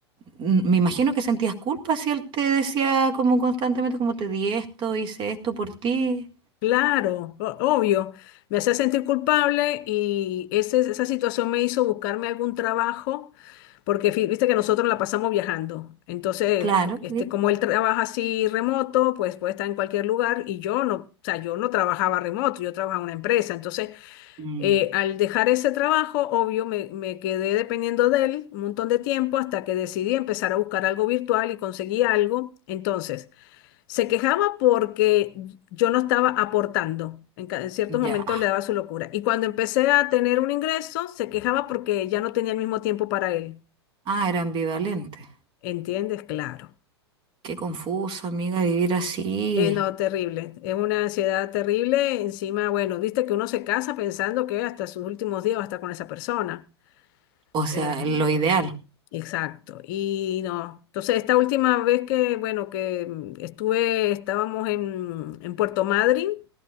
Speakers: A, on the right (about 35°); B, on the left (about 45°).
A: me imagino que sentías culpa si él te decía como constantemente, como te di esto, hice esto por ti.
B: claro, o- obvio. Me hacía sentir culpable y ese- esa situación me hizo buscarme algún trabajo, porque fi- viste que nosotros la pasamos viajando. Entonces,
A: Claro,
B: este,
A: sí.
B: como él trabaja así remoto, pues puede estar en cualquier lugar y yo no, o sea, yo no trabajaba remoto, yo trabajaba en una empresa. Entonces,
A: Mm,
B: Eh, al dejar ese trabajo, obvio, me, me quedé dependiendo de él un montón de tiempo hasta que decidí empezar a buscar algo virtual y conseguí algo. Entonces, se quejaba porque yo no estaba aportando. En, ca- en ciertos momentos
A: ya.
B: le daba su locura. Y cuando empecé a tener un ingreso, se quejaba porque ya no tenía el mismo tiempo para él.
A: Ah, era ambivalente.
B: ¿Entiendes? Claro.
A: Qué confuso, amiga, vivir así.
B: Eh, no, terrible. Es una ansiedad terrible. Encima, bueno, viste que uno se casa pensando que hasta sus últimos días va a estar con esa persona.
A: O
B: Em,
A: sea, lo ideal.
B: Exacto. Y no, entonces esta última vez que, bueno, que mm, estuve, estábamos en, en Puerto Madryn,